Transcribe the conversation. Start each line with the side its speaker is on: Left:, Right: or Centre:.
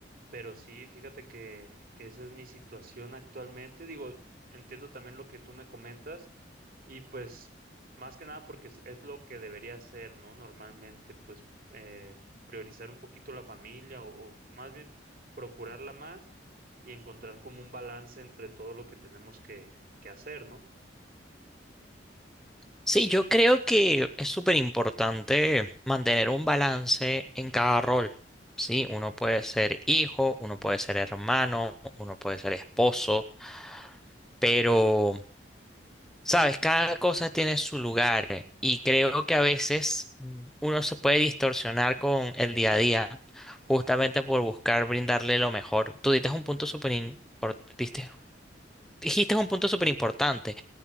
Right: pero sí, fíjate que, que esa es mi situación actualmente. Digo, entiendo también lo que tú me comentas y pues más que nada porque es, es lo que debería hacer, ¿no? Normalmente, pues eh, priorizar un poquito la familia o, o más bien procurarla más y encontrar como un balance entre todo lo que tenemos que, que hacer, ¿no?
Centre: Sí, yo creo que es súper importante mantener un balance en cada rol. Sí, uno puede ser hijo, uno puede ser hermano, uno puede ser esposo Pero, sabes, cada cosa tiene su lugar eh, y creo que a veces mm, uno se puede distorsionar con el día a día justamente por buscar brindarle lo mejor. Tú dices un punto súper impor- diste- dijiste un punto súper importante,